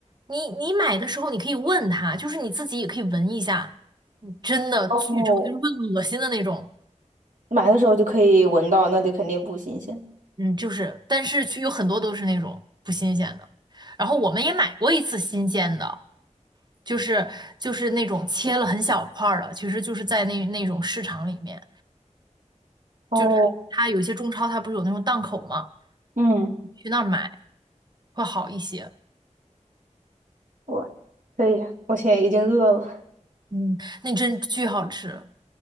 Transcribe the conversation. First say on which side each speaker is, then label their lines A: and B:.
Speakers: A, on the right; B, on the right.
A: 你你买的时候，你可以问他，就是你自己也可以闻一下，嗯真的巨臭，
B: 哦，
A: 就是会恶心的那种。
B: 买的时候就可以闻到，那就肯定不新鲜。
A: 嗯，就是，但是去有很多都是那种不新鲜的。然后我们也买过一次新鲜的，就是就是那种切了很小块儿的，其实就是在那那种市场里面，
B: 哦，
A: 就是它有一些中超它不是有那种档口吗？
B: 嗯。
A: 你去那儿买会好一些。
B: 我可以，我现在已经饿了。
A: 嗯，那真巨好吃。